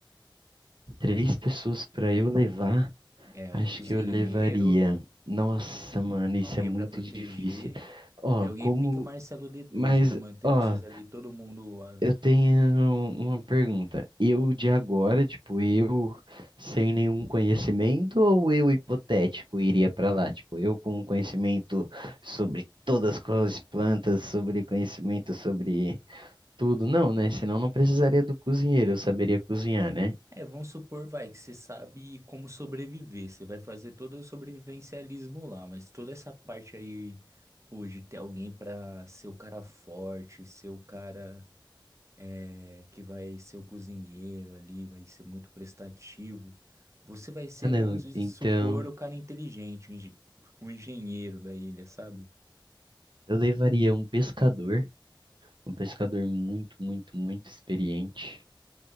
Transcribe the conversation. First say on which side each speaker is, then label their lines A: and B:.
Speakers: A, on the right (about 65°); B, on the right (about 35°).
A: Três pessoas para eu levar,
B: É,
A: acho
B: um cozinheiro.
A: que eu levaria. Nossa,
B: um-
A: mano, isso
B: alguém
A: é muito
B: para proteger
A: difícil. Ó,
B: e alguém
A: como.
B: pique o Marcelo d dois
A: Mas,
B: para manter
A: ó,
B: vocês ali, todo mundo. ah,
A: Eu tenho
B: né?
A: uma pergunta. Eu de agora, tipo, eu sem nenhum conhecimento ou eu hipotético iria pra lá? Tipo, eu com conhecimento sobre todas as plantas, sobre conhecimento sobre tudo. Não, né? Senão não precisaria do cozinheiro, eu saberia cozinhar, né?
B: É, vamos supor, vai, que você sabe como sobreviver. Você vai fazer todo o sobrevivencialismo lá, mas toda essa parte aí, pô, de ter alguém para ser o cara forte, ser o cara é, que vai ser o cozinheiro ali, vai ser muito prestativo. Você vai ser,
A: Ah, não.
B: vamos dizer,
A: Então,
B: supor, o cara inteligente, o engen- o engenheiro da ilha, sabe?
A: eu levaria um pescador, um pescador muito, muito, muito experiente.